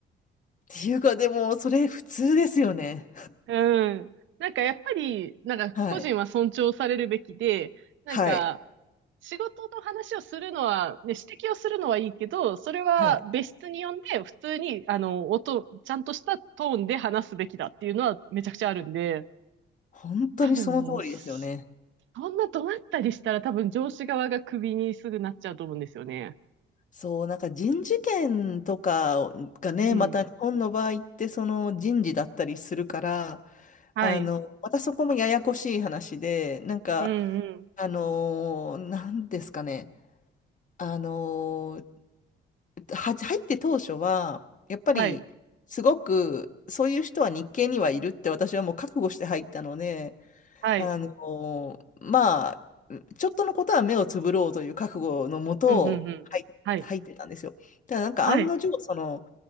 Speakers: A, on the left; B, on the right.
A: っていうか、でも、それ普通ですよね。
B: うん。なんかやっぱり、なんか個人は尊重されるべきで、
A: はい。
B: なんか
A: はい。
B: 仕事の話をするのは、ね、指摘をするのはいいけど、それは別室に呼んで、
A: はい。
B: 普通に、あの、音、ちゃんとしたトーンで話すべきだっていうのはめちゃくちゃあるんで、
A: 本当にその通りですよね。
B: 多分ね、そんな怒鳴ったりしたら多分上司側がクビにすぐなっちゃうと思うんですよね。
A: そう、なんか人事権とかがね、
B: うん。
A: また日本の場合ってその人事だったりするから、
B: はい。
A: あの、またそこもややこしい話で、なんか、
B: うんうん。
A: あのーなんですかね、あのーは、入って当初は、やっぱり、
B: はい。
A: すごく、そういう人は日系にはいるって私はもう覚悟して入ったので、
B: はい。
A: あのーまあ、ちょっとのことは目をつぶろうという覚悟のもと、
B: うんうんうん。
A: 入、
B: はい。
A: 入ってたんですよ。ただなんか案の定、
B: はい。
A: その、